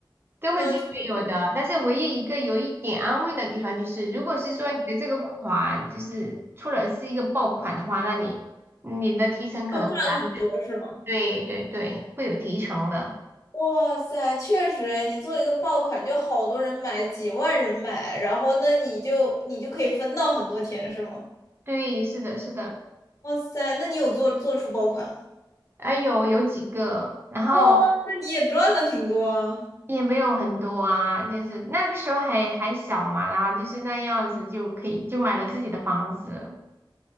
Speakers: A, on the right; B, on the left.
A: 根本就没有的。
B: 那确实
A: 但是唯一一个有一点安慰的地方就是，如果是说你的这个款就是出了是一个爆款的话，那你你的提成可能会拿，
B: 就赚很多是吗？
A: 对对对，会有提成的。
B: 哇塞，确实诶，你做一个爆款，就好多人买，几万人买，然后那你就你就可以分到很多钱是吗？
A: 对，是的，是的。
B: 哇塞，那你有做做出爆款吗？
A: 啊，有有几个，然后
B: 哇，那你也赚了挺多啊。
A: 也没有很多啊，就是那个时候还还小嘛，然后就是那样子就可以就买了自己的房子。